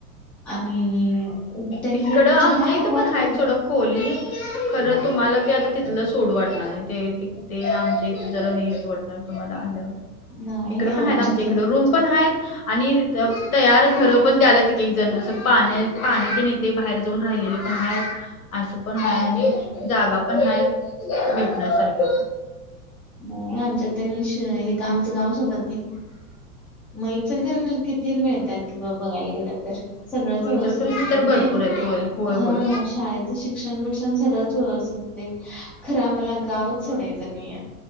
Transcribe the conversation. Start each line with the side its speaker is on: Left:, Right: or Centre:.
Centre: आणि उपेंद्र
Left: इकडं
Centre: म्हणजे
Left: आमच्या
Centre: हाय
Left: इथं
Centre: वर्क
Left: पण आहेत
Centre: होलय
Left: सोडा खोली- खरं तुम्हाला ते आता तिथलं सोडू वाटणार नाही, ते ते आमच्या इथ जरा हे इथ वाटणार. आता तुम्हाला आल्यावर
Centre: नाही
Left: इकड पण आहेत, आमच्या
Centre: त्यांनी
Left: इकड रूम पण आहेत. आणि इथं तयार घर पण द्यायल्यात किती जण असं पाण्या पाणी तेन- ते बाहेर जाऊन राहिलेले पण आहेत. असं पण हाय
Centre: हम्म
Left: आणि जागा पण हाय भेटण्यासारख.
Centre: नाही आमच्या त्यांनी हित आमच गाव सोडत नाही. मग इंचालकरजीत किती मिळत्यात कि बघायला गेलं तर. सगळचं
Left: हो इचलकरंजी
Centre: व्यवस्थित होते
Left: तर
Centre: ना
Left: भरपूर आहेत होय होय होय.
Centre: हा शाळेत- इथं शिक्षण बिक्षण सगळंच व्यवस्थित हुतय खरं आम्हाला गावच सोडायचं नाहीय.